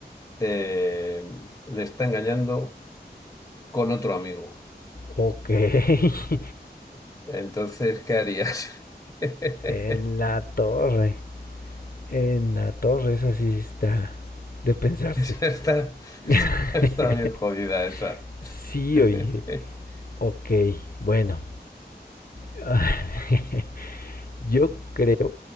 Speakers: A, on the left; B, on the left.
A: eh, le está engañando con otro amigo.
B: ok. <laughs>
A: Entonces, ¿qué harías? <laughs>
B: En la torre, en la torre, esa sí está de pensarse.
A: Esa está,
B: <laughs>
A: está, está bien jodida esa.
B: Sí,
A: <laughs>
B: oye. Ok, bueno. <laughs> Yo creo,